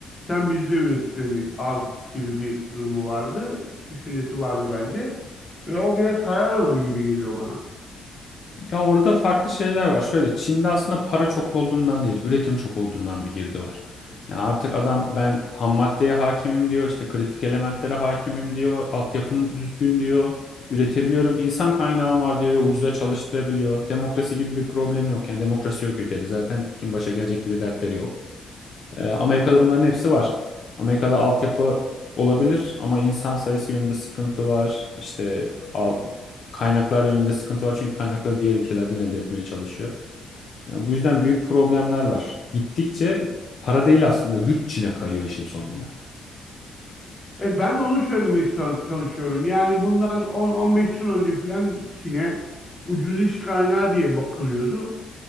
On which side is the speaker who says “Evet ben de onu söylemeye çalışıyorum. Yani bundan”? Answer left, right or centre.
Left